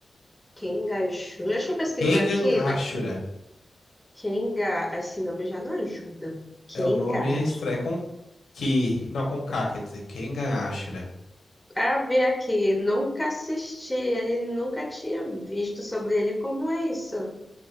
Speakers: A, in the centre; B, on the left (about 80°).
A: Quem Deixa eu pesquisar
B: Kengan
A: aqui, vai
B: Ashura.
A: Quem Kengar, esse nome já não ajuda. Quem
B: É o nome
A: Kengar.
B: é é Com que. Não, com K, quer dizer. Kengan Ashura.
A: Para ver aqui, nunca assisti ele, nunca tinha visto sobre ele. Como é isso?